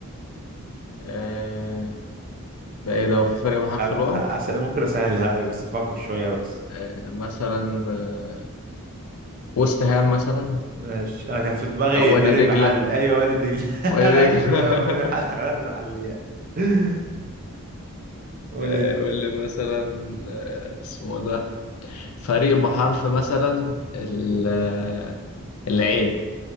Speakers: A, on the left; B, on the right.
A: آه ده ايه ده هو في فريق بحرف
B: خل...
A: الواو
B: خ- أس- ممكن أسهلها لك بس فكر شوية بس
A: آه مثلا آه وست هام مثلا
B: ماشي انا كان في دماغي
A: أو وادي
B: فريق
A: دجلة
B: محلي ايوه وادي دجله <laughs>
A: وادي
B: انا قلت
A: دجلة
B: ايوه فريق محلي
A: <laughs>
B: خلينا في المحليات <laughs> قول
A: آه،
B: انت
A: قول لي مثلا آه، اسمه ده فريق بحرف مثلا ال- آه، العين